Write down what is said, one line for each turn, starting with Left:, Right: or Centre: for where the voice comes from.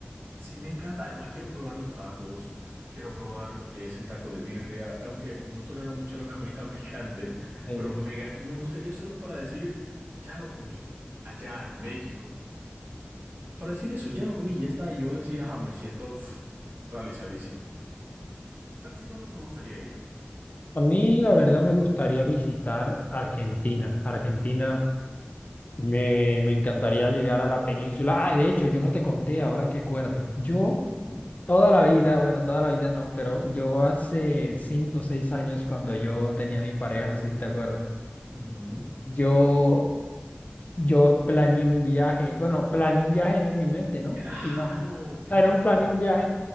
Right: sí, me encanta. Además quiero probar los tacos, quiero probar lo que es el taco de birria, aunque no tolero mucho la <laughs> comida picante,
Left: Ey.
Right: pero me, gas- me gustaría solo para decir, ya lo comí allá en México. para decir eso, ya lo comí, ya estaba yo decir, ajá, me siento pf, realizadísimo. ¿A ti dónde te gustaría ir?
Left: A mí, la verdad, me gustaría visitar Argentina. Argentina, me, me encantaría llegar a la península. Ah, de hecho, yo no te conté, ahora que acuerdo. Yo
Right: Ujú,
Left: toda la vida, bueno, toda la vida no, pero yo hace cinco o seis años, cuando yo tenía a mi pareja, no sé si te acuerdas,
Right: ujú.
Left: yo Yo planeé un viaje, bueno, planeé un viaje era en mi mente, ¿no?
Right: Claro,
Left: Imagino.
Right: claro.
Left: Era un planeé un viaje,